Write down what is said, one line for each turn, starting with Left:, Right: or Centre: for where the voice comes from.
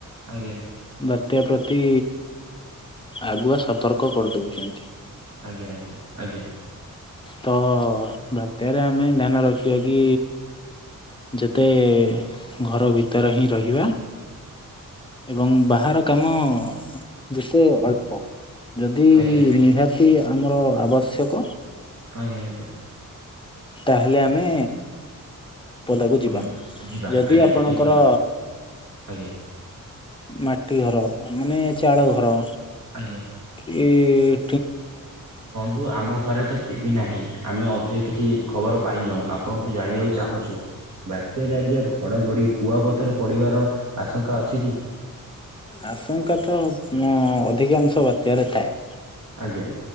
Right: ଆଜ୍ଞା
Left: ବା ତ ପ୍ରତି ଆଗୁଆ ସତର୍କ କରିଦେଉଛନ୍ତି।
Right: ଆଜ୍ଞା ଆଜ୍ଞା ଆଜ୍ଞା।
Left: ତ ବାତ୍ୟାରେ ଆମେ ଧ୍ୟାନ ରଖିବା କି ଯେତେ ଘର ଭିତରେ ହିଁ ରହିବା।
Right: ଆଜ୍ଞା।
Left: ଏବଂ ବାହାର କାମ ଯେତେ ଅଳ୍ପ ଯଦି
Right: ଆଜ୍ଞା
Left: ରହାତି ଆମର ଆବଶ୍ୟକ
Right: ଆଜ୍ଞା, ଆ
Left: ତାହେଲେ ଆମେ ପଦାକୁ ଯିବା,
Right: ଉଁ ଯିବା
Left: ଯଦି
Right: ଆଜ୍ଞା
Left: ଆପଣଙ୍କର
Right: ଠିକ୍ କହିଲେ ଆଜ୍ଞା
Left: ମାଟି ଘର ମାନେ ଚାଳ ଘର
Right: ଆଜ୍ଞା।
Left: ଏ
Right: ବନ୍ଧୁ ଆମ ଘରେ ତ ଟିଭି ନାହିଁ। ଆମେ ଅଧିକ କିଛି ଖବର ପାଇନାହୁଁ ଆପଣଠୁ ଜାଣିବାକୁ ଚାହୁଁ ଛୁ, ବାତ୍ୟାରେ ଆଜ୍ଞା ଘଡ଼ଘଡ଼ି କୁଆପଥର ପଡ଼ିବାର ଆଶଙ୍କା ଅଛି କି?
Left: ଆଶଙ୍କା ତ ଅଧିକାଂଶ ବାତ୍ୟାରେ ଥାଏ।
Right: ଆଜ୍ଞା।